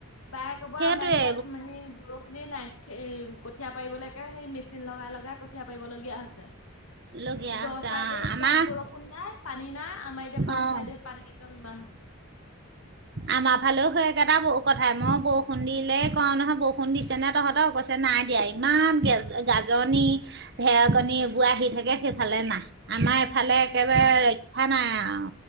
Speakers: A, on the left; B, on the right.
A: বাই কব
B: সেইটোৱে
A: আমাৰ ইয়াত সেই বৰষুণে নাই কঠিয়া পাৰিবলৈকে সেই মেচিন লগাই লগাই কঠিয়া পাৰিবলগীয়া হৈছে
B: লগীয়া
A: এই দহ
B: হৈছে
A: চাইডে
B: অ'
A: এতিয়া
B: আমাৰ
A: বৰষুণ নাই পানী নাই আমাৰ এতিয়া বাম
B: অ'
A: চাইডে পানী একদম ইমান
B: আমাৰ ফালেও সেই একেইটা বু কথাই মই বউষণ দিলেই কওঁ নহয় বওষণ দিছে নে তহঁতৰ অ নাই দিয়া ইমান গে গাজনি ধেৰকণী
A: উম।
B: এবো আহি থাকে সেইফালে নাই আমাৰ এইফালে একেবাৰে ৰক্ষা নাই আও